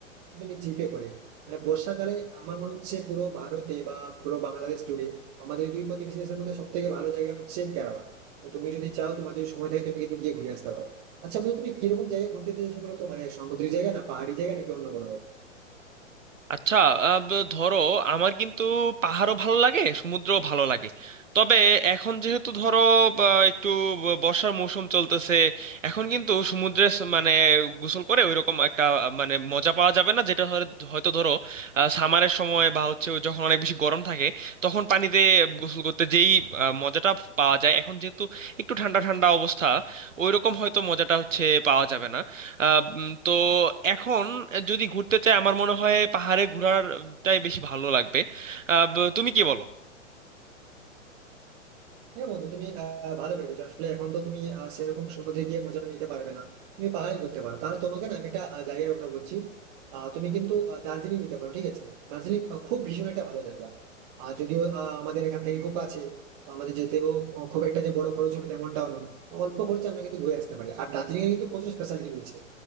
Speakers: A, on the right; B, on the right.
A: তুমি জিপে করে মানে বর্ষাকালে আমার মনে হচ্ছে পুরো ভারতে বা পুরো বাংলাদেশ জুড়ে আমাদের দুই প্রতিবেশী দেশের মধ্যে সব থেকে ভালো জায়গা হচ্ছে কেরালা তো তুমি যদি চাও তোমার যদি সময় থাকে তুমি কিন্তু গিয়ে ঘুরে আসতে পারো আচ্ছা বন্ধু তুমি কিরকম জায়গায় ঘুরতে যেতে চাইছো বলো তো মানে সমুদ্রের জায়গা না পাহাড়ি জায়গা নাকি অন্য কোনো
B: আচ্ছা আহ, ব- ধরো আমার কিন্তু পাহাড়ও ভালো লাগে সমুদ্রও ভালো লাগে তবে এখন যেহেতু ধরো বা, একটু ব- বর্ষার মৌসুম চলতেছে এখন কিন্তু সমুদ্রে স- মানে গোসল করে ওইরকম একটা আহ, মানে মজা পাওয়া যাবে না যেটা ধর- হয়তো ধরো সামারের সময় বা হচ্ছে ওই যখন অনেক বেশি গরম থাকে তখন পানিতে গোসল করতে যেই আহ, মজাটা পাওয়া যায় এখন যেহেতু একটু ঠান্ডা ঠান্ডা অবস্থা ওইরকম হয়তো মজাটা হচ্ছে পাওয়া যাবে না আহ, উম, তো এখন যদি ঘুরতে চাই আমার মনে হয় পাহাড়ে ঘোরাটাই বেশি ভালো লাগবে আহ, ব- তুমি কি বলো
A: হ্যাঁ বন্ধু তুমি আহ, ভালো ভেবেছো আসলে এখন তো তুমি আহ, সেরকম সমুদ্রে গিয়ে মজাটা নিতে পারবে না তুমি পাহাড়ে করতে পারো তাহলে তোমাকে না আমি একটা আহ, জায়গার কথা বলছি আহ, তুমি কিন্তু আহ, দার্জিলিং নিতে পারো ঠিক আছে দার্জিলিং আহ, খুব ভীষণ একটা ভালো জায়গা আর যদিও আহ, আমাদের এখান থেকে খুব কাছে তো আমাদের যেতেও খুব একটা যে বড় খরচ হবে তেমনটাও নয় তো অল্প খরচে আমরা কিন্তু ঘুরে আসতে পারি আর দার্জিলিং এর কিন্তু প্রচুর স্পেশালিটি রয়েছে